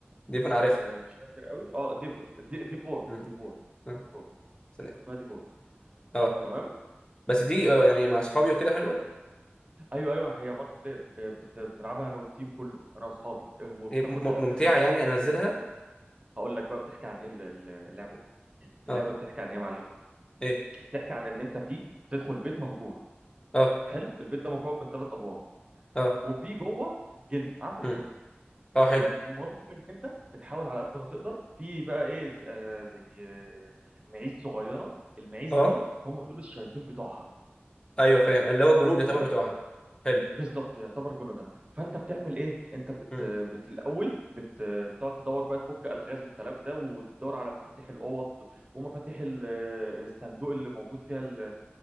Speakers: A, on the left; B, on the right.
A: دي انا عارفها
B: آه، مش فاكر قوي اه ديفون دي... ديفور
A: مم.
B: ديفور
A: اه
B: ديفور
A: سلام.
B: اسمها ديفور
A: اه.
B: تمام
A: بس دي اه،
B: و...
A: يعني مع اصحابي وكده حلوه
B: ايوه ايوه هي مالتي بلاير آه، بت- بنلعبها انا والتيم كله انا واصحابي آه، وبتاخد
A: ايه، م-
B: لحد
A: م- ممتعه
B: خمسه
A: يعني انزلها
B: هقول لك بقى بتحكي عن ايه ال- ال- اللعبه دي اللعبه
A: اه
B: بتحكي عن ايه يا معلم
A: ايه
B: بتحكي عن ان انت فيه بتدخل بيت مهجور
A: اه
B: حلو البيت ده مكون من ثلاث ادوار
A: اه
B: وفي جوه جن عفريته
A: مم. اه حلو
B: المهم ان انت بتحاول على قد ما تقدر في بقى ايه ز- آه، زي آه، معيز صغيره المعيز
A: اه
B: دي هم دول الشياطين بتوعها
A: ايوه فاهم اللي هو الجنود
B: حلو الكلام
A: يعتبر بتوعها حلو
B: بالظبط يعتبر جنودها فانت بتعمل ايه انت بت,
A: مم.
B: بت الاول بت بتقعد تدور بقى تفك الغاز والكلام ده وتدور على مفاتيح الاوض ومفاتيح ال- الصندوق اللي موجود فيها ال-